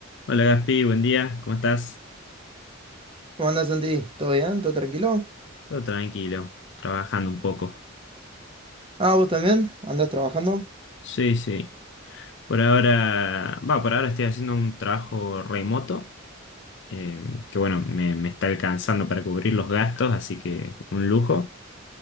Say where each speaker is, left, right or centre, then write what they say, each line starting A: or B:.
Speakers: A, on the left (about 60°); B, on the right (about 25°).
A: Hola Gaspi, buen día, ¿cómo estás?
B: ¿Cómo andás, Santi? ¿Todo bien? ¿Todo tranquilo?
A: Todo tranquilo, trabajando un poco.
B: Ah, ¿vos también? ¿Andás trabajando?
A: Sí, sí. Por ahora, va, por ahora estoy haciendo un trabajo remoto, eh, que bueno, me, me está alcanzando para cubrir los gastos, así que un lujo.